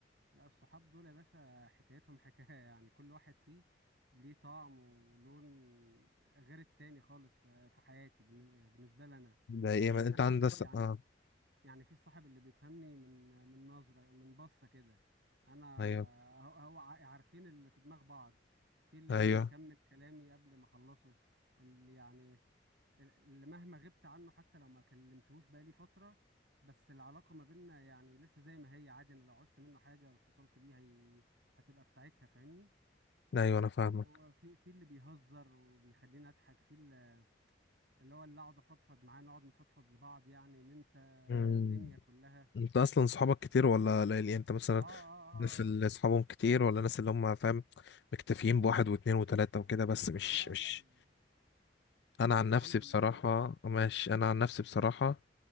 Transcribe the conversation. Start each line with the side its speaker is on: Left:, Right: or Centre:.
Right: لا الصحاب دول يا باشا حكايتهم <laughs> حكاية يعني كل واحد فيه ليه طعم ولون غير التاني خالص ف- في حياتي بالن- بالنسبة لي أنا
Left: ده ايه
Right: يعني
Left: ما
Right: في
Left: انت
Right: ص...
Left: عندك س-
Right: يعني
Left: اه
Right: يعني في الصاحب اللي بيفهمني من من نظرة من بصة كده أنا
Left: ايوه
Right: هو هو ع- عارفين اللي في دماغ بعض في اللي
Left: ايوه
Right: بيكمل كلامي قبل ما أخلصه اللي يعني اللي مهما غبت عنه حتى لو ما كلمتهوش بقالي فترة بس العلاقة ما بيننا يعني لسه زي ما هي عادي انا لو عوزت منه حاجة واتصلت بيه هي... هتبقى في ساعتها فاهمني
Left: ايوه انا فاهمك
Right: آه، هو في في اللي بيهزر وبيخليني اضحك في اللي اللي هو اللي اقعد افضفض معاه نقعد نفضفض لبعض يعني ننسى
Left: مم.
Right: الدنيا كلها
Left: انت اصلا صحابك
Right: في...
Left: كتير ولا قليل يعني انت مثلا
Right: اه اه اه
Left: الناس اللي
Right: آه،
Left: صحابهم كتير ولا الناس اللي هم فاهم مكتفيين بواحد واتنين وتلاتة وكده بس مش
Right: لا
Left: مش
Right: لا
Left: انا عن
Right: الحمد
Left: نفسي بصراحة
Right: لله
Left: ماشي انا عن نفسي بصراحة